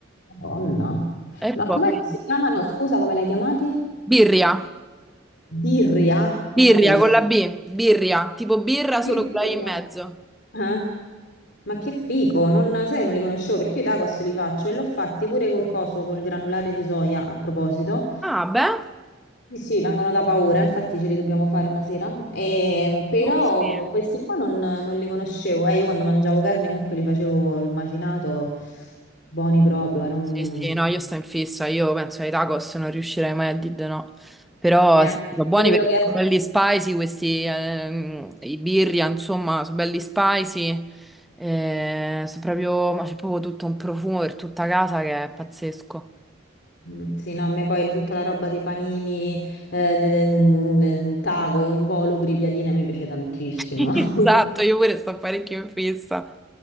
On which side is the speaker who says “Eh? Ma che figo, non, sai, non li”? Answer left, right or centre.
Left